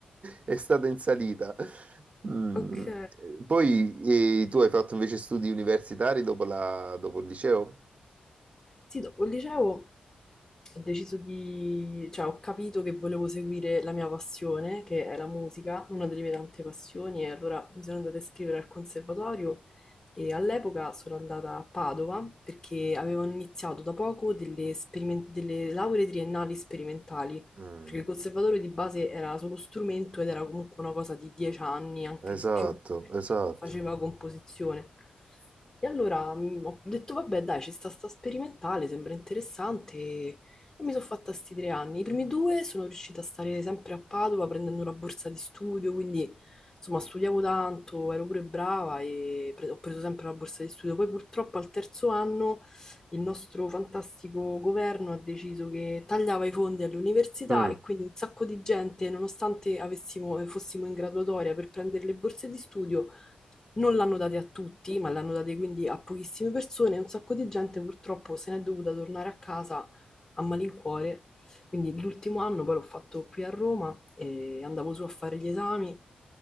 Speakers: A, on the right; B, on the left.
A: è stata in salita. Mm,
B: Ok.
A: eh, Poi eh, tu hai fatto invece studi universitari dopo, la- dopo il liceo?
B: Sì, dopo il liceo ho deciso di, cioè ho capito che volevo seguire la mia passione, che è la musica, una delle mie tante passioni, e allora mi sono andata a iscrivere al conservatorio e all'epoca sono andata a Padova perché avevano iniziato da poco delle, sperimen- delle lauree triennali sperimentali
A: Mm,
B: perché il conservatorio di base era solo strumento ed era comunque una cosa di 10 anni, anche
A: Esatto,
B: di più, perché
A: esatto.
B: faceva composizione. E allora mm, ho detto, vabbè, dai, ci sta sta sperimentale, sembra interessante. E mi sono fatta sti tre anni. I primi due sono riuscita a stare sempre a Padova prendendo una borsa di studio, quindi insomma studiavo tanto, ero pure brava e pre- ho preso sempre la borsa di studio. Poi purtroppo al terzo anno il nostro fantastico governo ha deciso che tagliava i fondi all'università
A: Mm,
B: e quindi un sacco di gente, nonostante avessimo- eh, fossimo in graduatoria per prendere le borse di studio, non l'hanno date a tutti, ma l'hanno date quindi a pochissime persone e un sacco di gente purtroppo se n'è dovuta tornare a casa a malincuore. Quindi l'ultimo anno poi l'ho fatto qui a Roma e andavo su a fare gli esami